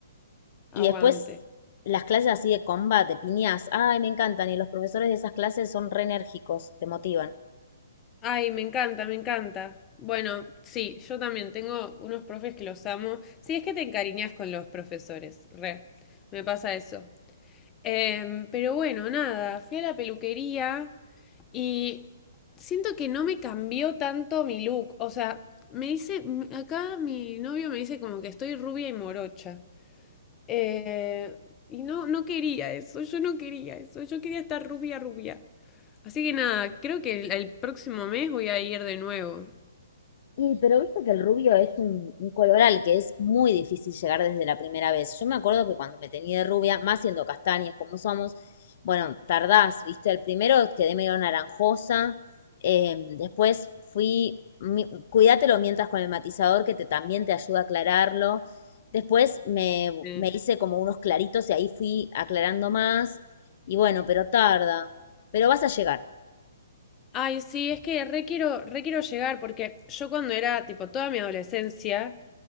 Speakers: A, on the left; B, on the left.
A: Y
B: Aguante.
A: después las clases así de combate, piñas, ay, me encantan. Y los profesores de esas clases son re enérgicos, te motivan.
B: Ay, me encanta, me encanta. Bueno, sí, yo también tengo unos profes que los amo. Sí, es que te encariñas con los profesores, re. Me pasa eso. Em, pero bueno, nada, fui a la peluquería y siento que no me cambió tanto mi look. O sea, me dice, m- acá mi novio me dice como que estoy rubia y morocha. Eh, y no, no quería eso, yo no quería eso, yo quería estar rubia, rubia. Así que nada, creo que el, el próximo mes voy a ir de nuevo.
A: Y, pero viste que el rubio es un, un color al que es muy difícil llegar desde la primera vez. Yo me acuerdo que cuando me tenía de rubia, más siendo castañas como somos, bueno, tardás, viste, el primero quedé medio naranjosa, eh, después fui, mi- cuídatelo mientras con el matizador que te, también te ayuda a aclararlo. Después me,
B: Eh,
A: me hice como unos claritos y ahí fui aclarando más. Y bueno, pero tarda, pero vas a llegar.
B: Ay, sí, es que re quiero, re quiero llegar porque yo cuando era tipo toda mi adolescencia